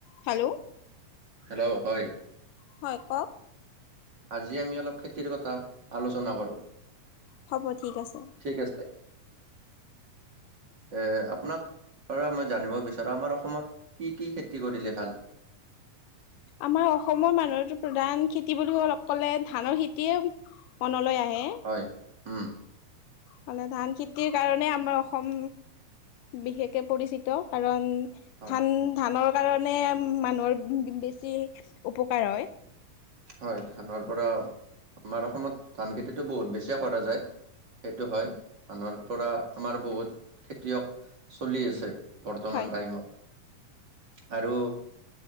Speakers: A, on the left; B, on the right.
A: Hello.
B: Hello, হয়।
A: হয়, কক।
B: আজি আমি অলপ খেতিৰ কথা, আলোচনা কৰো।
A: হ'ব, ঠিক আছে।
B: ঠিক আছে। এ, আপোনাক পৰা মই জানিব বিচাৰা, আমাৰ অসমত কি কি খেতি কৰিলে ভাল?।
A: আমাৰ অসমৰ মানুহতো প্ৰধান খেতি বুলি অকলে ধানৰ খেতিয়ে মনলৈ আহে।
B: হয় উম।
A: হলে ধান খেতিৰ কাৰণে আমাৰ অসম বিশেষকে পৰিচিত কাৰণ
B: হয়
A: ধান ধানৰ কাৰণে মানুহৰ বেছি উপকাৰ হয়।
B: হয় ধানৰ পৰা আমাৰ অসমত ধান খেতিটো বহুত বেছিয়ে কৰা যায়। সেইটো হয় ধানৰ পৰা আমাৰ বহুত খেতিয়ক চলি আছে। বৰ্তমান
A: হয়
B: টাইমত আৰু